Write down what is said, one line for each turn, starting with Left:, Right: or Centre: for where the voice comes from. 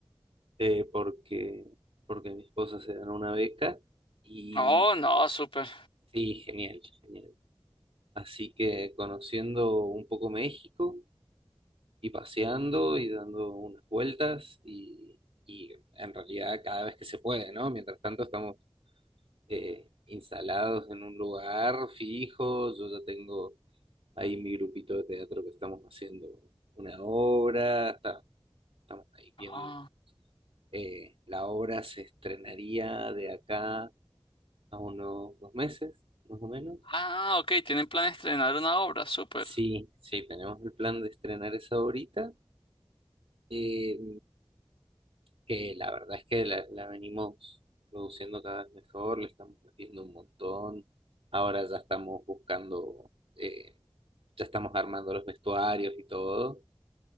Right: eh, porque, porque mi esposa se ganó una beca y
Left: Oh, no, súper.
Right: sí, genial, genial. Así que conociendo un poco México y paseando y dando unas vueltas y, y en realidad cada vez que se puede, ¿no? Mientras tanto estamos eh, instalados en un lugar fijo, yo ya tengo ahí mi grupito de teatro que estamos haciendo una obra, está Estamos ahí
Left: Ah,
Right: bien. Eh, la obra se estrenaría de acá a unos dos meses, más o menos.
Left: ah, ok, tienen plan de estrenar una obra, súper.
Right: Sí, sí, tenemos el plan de estrenar esa ahorita, eh, que la verdad es que la, la venimos produciendo cada vez mejor, le estamos metiendo un montón. Ahora ya estamos buscando, eh, ya estamos armando los vestuarios y todo.